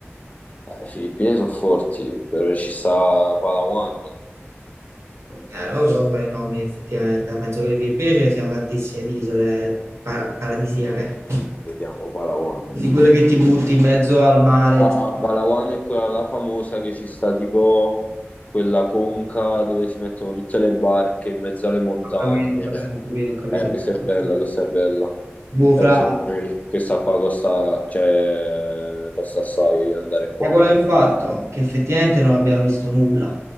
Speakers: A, on the left; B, on the right.
A: Eh, le Filippine sono forti, però ci sta Palawan.
B: eh? Eh, non lo so quali nomi effettivamente, penso che le Filippine ce ne siano tantissime di isole pa- paradisiache,
A: Vediamo Palawan.
B: di quelle che ti butti in mezzo al mare.
A: Ah,
B: ti-
A: Palawan è quella là famosa che ci sta tipo quella conca dove si mettono tutte le barche in mezzo alle montagne.
B: Ho capito, ho capito, ho capito,
A: Eh,
B: ho
A: questa è
B: capito.
A: bella, questa è bella.
B: Boh,
A: Però
B: fra...
A: secondo me questa qua costa, cioè, costa assai andare qua.
B: è quello è il fatto che effettivamente non abbiamo visto nulla.